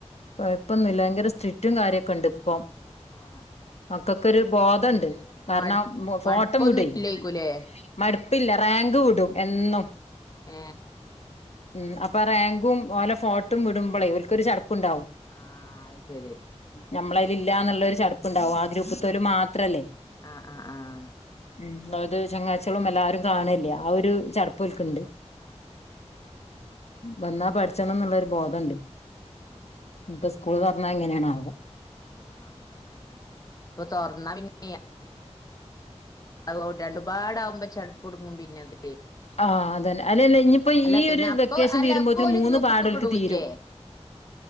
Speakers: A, on the left; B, on the left.
A: കൊഴപ്പൊന്നുല്ല ഭയങ്കര സ്ട്രിറ്റും കാര്യൊക്കെ ഉണ്ട് ഇപ്പൊ
B: ആ ആ
A: മക്കൊക്കെ ഒരു ബോധണ്ട് കാരണം
B: മടു
A: ഫോട്ടം
B: മടുപ്പൊന്നും
A: വിടുയ്
B: ഇല്ലേക്കൂലേ
A: മട പ്പില്ല റാങ്ക് വിടും എന്നും
B: ഏ
A: ഉം അപ്പൊ റാങ്കും ഓലെ ഫോട്ടും വിടുമ്പോളേ ഒക്കൊരു ചടപ്പ ണ്ടാവും
B: ആ അത് ശരി
A: നമ്മളയിലല്ലന്നുള്ള പ്ണ്ടാവും ആ ഗ്രൂപ്പ മാത്രം ത്രല്ലേ
B: ആ ആ ആ
A: ഉം അതായത് ചെങ്ങായ് ട്ട്യളും എല്ലാരും കാണല്ലേ ആ ഒരു ചട ഇപ്പോൽക്ക്ണ്ട്
B: ആ അത്
A: വന്നാ
B: ശരി
A: പഠിച്ചണംന്നുള്ളരു ബോധണ്ട്
B: ഏ
A: ഇപ്പ് സ്കൂൽ തൊർ ന്നാ എങ്ങനേണാവോ
B: ആ അതന്നെ പ്പൊ തോർന്നാ പിന്നെ അത് രണ്ടുപാടെ ആകുമ്പോ ചട്പ്പ്ടുങ്ങും പിന്നെ അത്
A: ആ അതന്നെഅല്ല ല്ല ഇനിയിപ്പോ
B: അല്ല
A: ഈ
B: പിന്നെ
A: ഒരു
B: അപ്പൊ
A: വെക്കേഷൻ
B: അല്ല
A: തീരുമ്പോത്തിന്
B: അപ്പൊ ഓല്
A: മൂന്ന്
B: ഗ്രൂപ്പ്ക്ക്
A: പാടം ഓല്ക്ക്
B: ഇടൂല്ലേ
A: തീരും